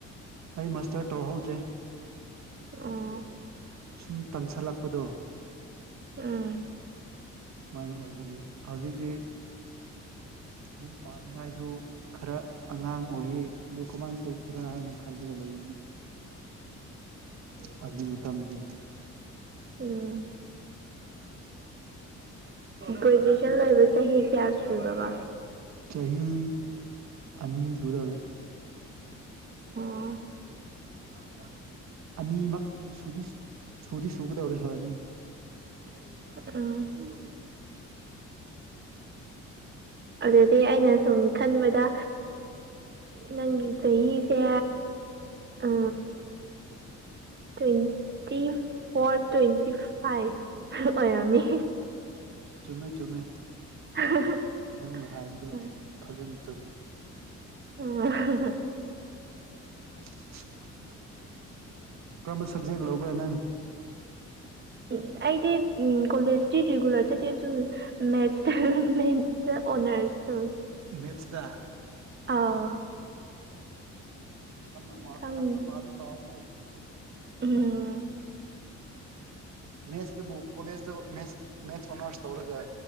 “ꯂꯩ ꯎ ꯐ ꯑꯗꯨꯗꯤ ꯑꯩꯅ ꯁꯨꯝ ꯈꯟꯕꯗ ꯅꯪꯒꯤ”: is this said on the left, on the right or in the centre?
Right